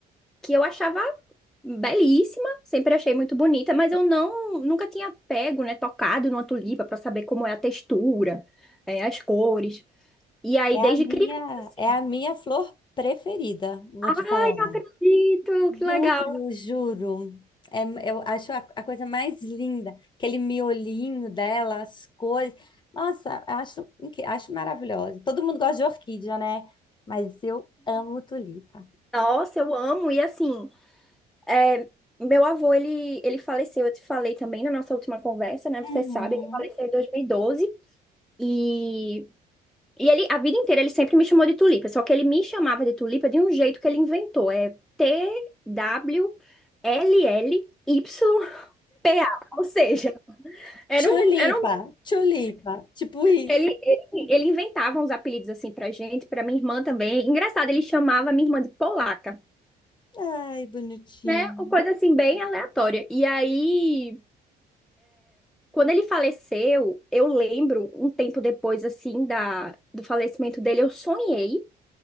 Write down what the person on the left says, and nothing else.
É
a minha,
é a minha flor preferida, vou
te falar.
Juro,
juro. É, eu acho a, a coisa mais linda, aquele miolinho dela, as cores. Nossa, acho, inque- acho maravilhosa. Todo mundo gosta de orquídea, né? Mas eu amo tulipa.
Uhum.
Tulipa,
tulipa, tipo isso.
Ai, bonitinho.